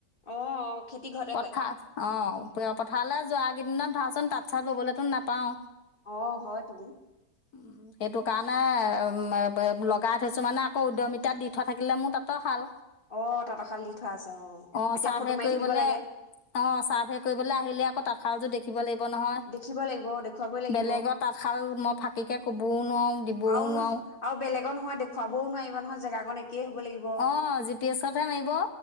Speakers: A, on the left (about 35°); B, on the left (about 80°).
A: অ অ খেতি ঘৰতে
B: পথাৰ
A: কৰে
B: অ পথাৰলৈ যোৱ কেইদিনত যাওকচোন তাত চাত ববলৈতো নাপাও
A: অঁ হয়তো।
B: উম সেইটো কাৰণে, উম লগাই থৈছো মানে আকৌ উদ্যমিতাৰ দি উঠা থাকিলে মোৰ তাতো খাল
A: অ তাঁতৰশাল দি থোৱা আছে
B: অ
A: এতিয়া
B: চাৰ্ভে
A: ফটো মাৰি
B: কৰিবলে,
A: থাকিব লাগে
B: অ চাৰ্ভে কৰিবলৈ আহিলে আকৌ তাঁতশালযোৰ দেখি থিকিব লাগিব নহয়,
A: দেখিব লাগিব দেখুৱাবই লাগিব
B: বেলেগৰ তাঁতশাল মই ফাঁকিকে কবও নোৱাও দিবও
A: আৰু
B: নোৱাও।
A: ন আৰু বেলেগৰ নহয় দেখুৱাবও নোৱাৰি নহয় জেগাকন একেই হব লাগিব,
B: অ', জি পি এছতহে মাৰিব।